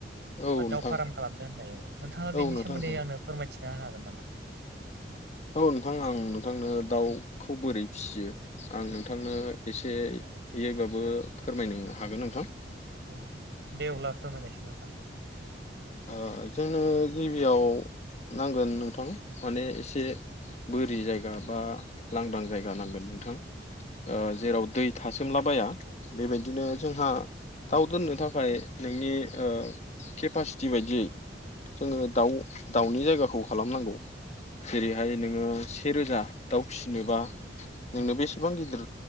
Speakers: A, on the left (about 40°); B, on the right (about 70°).
A: औ
B: बा दाउ
A: नोंथां
B: फार्म खालामदों होननाय नोंथाङा
A: औ
B: बेनि
A: नोंथां
B: सोमोन्दै आंनो फोरमायथिना होनो हागोन मा मा
A: औ नोंथां आं नोंथांनो दाउखौ बोरै फिसियो आं नोंथांनो एसे बेहायबाबो फोरमायनो हागोन नोंथां
B: औ दे अब्ला फोरमायनायसै नोंथां
A: ओ जोंनो गिबियाव नांगोन नोंथां माने एसे बोरि जायगा बा लांदां जायगा नांगोन नोंथां जेराव दै थासोमलाबाया बेबायदिनो जोंहा दाउ दोननो थाखाय नोंनि केपासिटि बायदियै जोङो दाउ दाउनि जायगाखौ खालामनांगौ जेरैहाय नोङो से रोजा दाउ फिसिनोबा नोंनो बेसेबां गिदिर